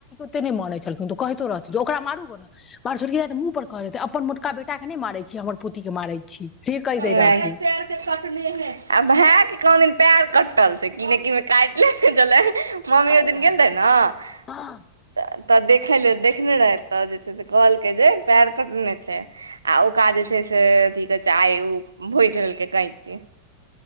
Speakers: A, on the left (about 25°); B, on the right (about 75°).
A: कते नहि मानैत छलखिन तो कहतो रहथि जे ओकरा मारू गो ने हमर छड़की काकी त मुँह पर कह रहै अपन मोटका बेटा के नहि मारै छी हमर पोती के मारै छी से कहि
B: क
A: दै रहथिन
B: पैर के कटने है आ भाय के कहादिन पैर कटल छै कि ने कि में काइट लेने छले मम्मी
A: कहिया
B: ओ दिन गेल रहै ने
A: हँ
B: तऽ देखे ल देखने रहै तऽ जे से कहलकै जे पैर कटने छै आ ओकरा जे छै से अथी कह छै आइ ओ भोकि देलकै कैचि